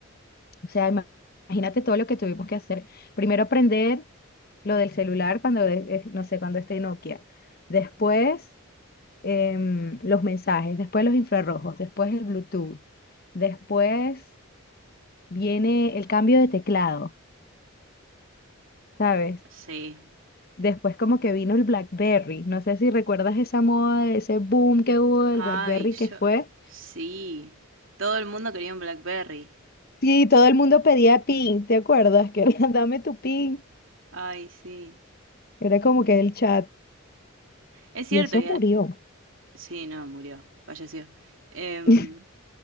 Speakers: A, on the left; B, on the right.
A: O sea, ima- imagínate todo lo que tuvimos que hacer. Primero aprender lo del celular cuando, eh, eh, no sé, cuando esté Nokia. Después em, los mensajes, después los infrarrojos, después el Bluetooth. Después viene el cambio de teclado, ¿sabes?
B: sí.
A: Después como que vino el BlackBerry. No sé si recuerdas esa moda, ese boom que hubo del
B: Ay,
A: BlackBerry
B: yo,
A: que fue
B: sí. Todo el mundo quería un BlackBerry.
A: Sí, todo el mundo pedía pin, ¿te acuerdas? Que era, <laughs> dame tu pin.
B: Ay, sí.
A: Era como que el chat.
B: Es cierto,
A: Y eso
B: ya...
A: murió.
B: sí, no, murió, falleció. Em,
A: <laughs>